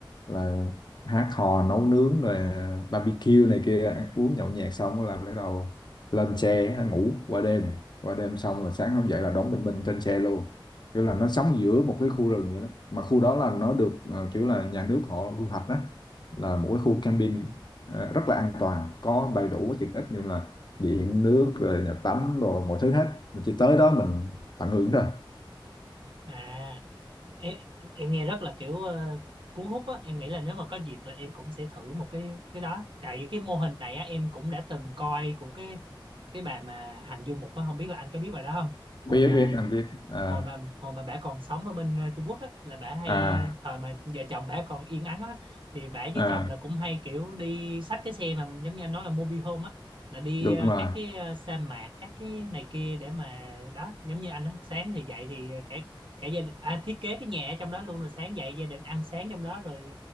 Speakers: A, on the left (about 55°); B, on the right (about 70°).
A: là hát hò nấu nướng rồi à, barbecue này kia ăn uống nhậu nhẹt xong là bắt đầu lên xe ngủ qua đêm qua đêm xong là sáng hôm dậy là đón bình minh trên xe luôn kiểu là nó sống giữa một cái khu rừng vậy đó mà khu đó là nó được ờ, kiểu là nhà nước họ quy hoạch đó là một cái khu camping ờ, rất là an toàn có đầy đủ cái tiện ích như là điện nước rồi nhà tắm rồi mọi thứ hết mình chỉ tới đó mình tận hưởng thôi
B: à em, em nghe rất là kiểu ờ, cuốn hút á em nghĩ là nếu mà có dịp là em cũng sẽ thử một cái cái đó tại vì cái mô hình này á em cũng đã từng coi của cái cái bà mà Hạnh Du Mục á không biết là anh có biết bà đó không hồi
A: biết
B: mà
A: biết anh biết à
B: hồi mà hồi mà bả còn sống ở bên ờ, Trung Quốc á là bả hay
A: à
B: thời mà vợ chồng bả còn yên ắng á thì bả với
A: à
B: chồng là cũng hay kiểu đi xách cái xe mà giống như anh nói là mobile home á là đi
A: đúng
B: ờ,
A: rồi
B: các cái ờ, sa mạc các cái này kia để mà đó giống như anh á sáng thì dậy thì cả cả gia đình à, thiết kế cái nhà ở trong đó luôn rồi sáng dậy gia đình ăn sáng trong đó rồi